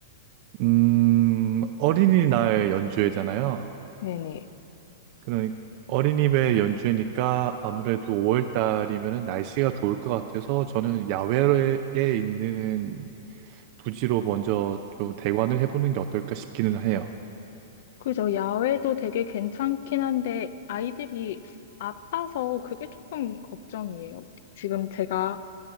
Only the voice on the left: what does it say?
네네.
그래서 야외도 되게 괜찮긴 한데 아이들이 아파서 그게 조금 걱정이에요. 지금 제가